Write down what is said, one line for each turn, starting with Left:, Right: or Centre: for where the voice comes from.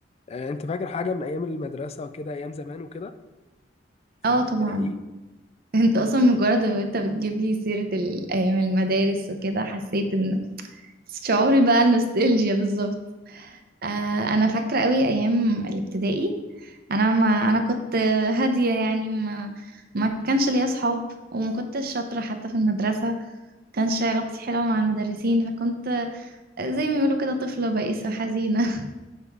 Left: آه، أنت فاكر حاجة من أيام المدرسة وكده أيام زمان وكده في
Right: اه
Left: الابتدائي
Right: طبعا انت اصلا مجرد ما انت بتجيب لي سيرة ال- ايام المدارس وكده حسيت ان شعوري بقى النوستالجيا بالظبط آه انا فاكرة قوي ايام الابتدائي انا ما انا كنت هادية يعني ما ما كانش ليا اصحاب وما كنتش شاطرة حتى في المدرسة كانش علاقتي حلوة مع المدرسين فكنت زي ما بيقولوا كده طفلة بائسة حزينة